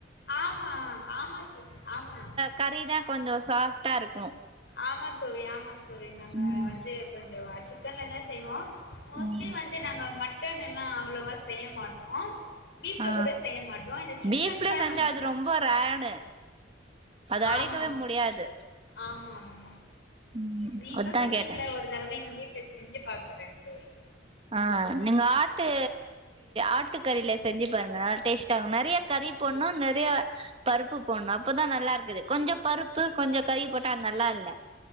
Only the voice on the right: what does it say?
கறினா கொஞ்சோ சாஃப்டா இருக்கு
ம்
ம்
ஆ
பீஃப்ல
செஞ்சா
அது ரொம்ப ரேடு அது அடக்கவே
முடியாது
ம்
அதா
கேட்டே
ஆ நீங்க ஆட்டு ஆட்டு கறில செஞ்சு பாருங்க டேஸ்ட் நெறய கறி போன்னு நெறய பருப்பு போண்ணோ அப்பதா நல்லாருக்குது கொஞ்சோ பருப்பு கொஞ்சோ கறி போட்டா அது நல்லால்ல